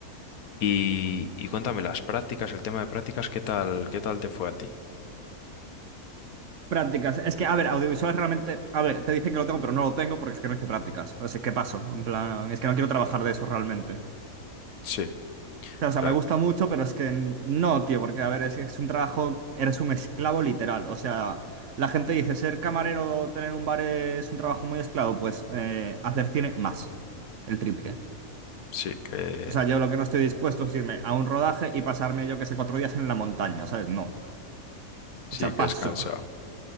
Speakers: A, on the left; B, on the right.
A: Y, y cuéntame las prácticas, el tema de prácticas, ¿qué tal, qué tal te fue a ti?
B: Prácticas, es que, a ver, audiovisuales realmente, a ver, te dicen que lo tengo, pero no lo tengo porque es que no hice prácticas. O sea, ¿qué pasó? En plan, es que no quiero trabajar de eso realmente.
A: Sí,
B: O sea,
A: claro,
B: me gusta mucho, pero es que no, tío, porque a ver, es, es un trabajo, eres un esclavo literal. O sea, la gente dice, ser camarero, tener un bar es un trabajo muy esclavo, pues eh, hacer cine más, el triple.
A: sí que,
B: O sea, yo lo que no estoy dispuesto es irme a un rodaje y pasarme, yo que sé, cuatro días en la montaña, ¿sabes? No.
A: sí
B: O sea,
A: que
B: paso.
A: es cansado.